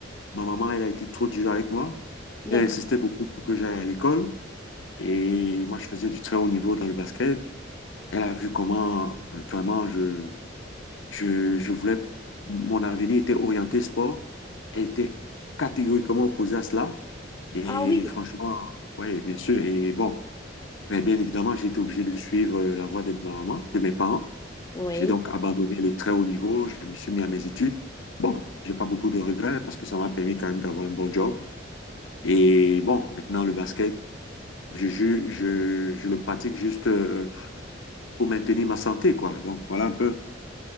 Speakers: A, on the left (about 80°); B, on the left (about 20°).
A: ma maman, elle a été trop dure avec moi.
B: D'accord.
A: Elle insistait beaucoup pour que j'aille à l'école et moi, je faisais du très haut niveau dans le basket. Elle a vu comment euh, vraiment je, je, je voulais, mon avenir était orienté sport. Elle était catégoriquement opposée à cela et
B: Ah oui.
A: franchement, oui, bien sûr, et bon. Mais bien évidemment, j'ai été obligé de suivre euh, la voie de ma maman, de mes parents.
B: Oui.
A: J'ai donc abandonné le très haut niveau, je me suis mis à mes études. Bon, j'ai pas beaucoup de regrets parce que ça m'a permis quand même d'avoir un bon job. Et bon, maintenant le basket, je, je, je, je le pratique juste euh, pour maintenir ma santé, quoi. Donc voilà un peu.